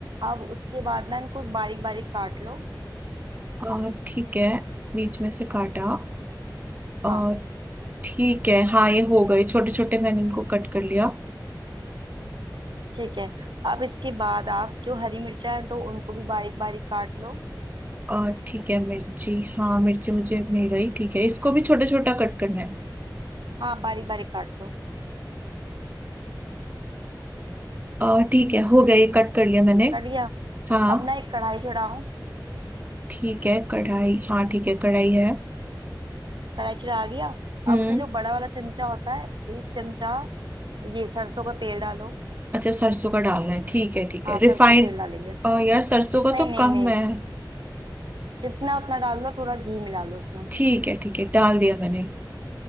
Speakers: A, on the right (about 80°); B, on the right (about 20°).
A: अब उसके बाद ना इनको बारीक बारीक काट लो
B: और ठीक है बीच में से काटा और
A: हाँ
B: ठीक है हाँ ये हो गए छोटे छोटे मैंने इनको कट कर लिया
A: ठीक है अब इसके बाद आप जो हरी मिर्चा है तो उनको भी बारीक बारीक काट लो
B: और ठीक है मिर्ची हाँ मिर्ची मुझे मिल गई ठीक है इसको भी छोटा छोटा कट करना है
A: हाँ बारीक बारीक काट लो
B: और ठीक है हो गया ये कट कर लिया मैंने
A: काट लिया
B: हाँ
A: अब ना एक कढ़ाई चढ़ाओ
B: ठीक है कढ़ाई हाँ ठीक है कढ़ाई है
A: कढ़ाई चढ़ा दिया
B: हम्म
A: अब उसमें जो बड़ा वाला चमचा होता है एक चमचा ये सरसों का तेल डालो
B: अच्छा सरसों का डालना है ठीक है ठीक
A: हाँ
B: है रिफाइंड
A: सरसों का तेल डालेंगे
B: यार सरसों का
A: नहीं
B: तो
A: नहीं
B: कम
A: नहीं
B: है
A: जितना उतना डाल लो थोड़ा घी मिला लो उसमें
B: ठीक है ठीक है डाल दिया मैंने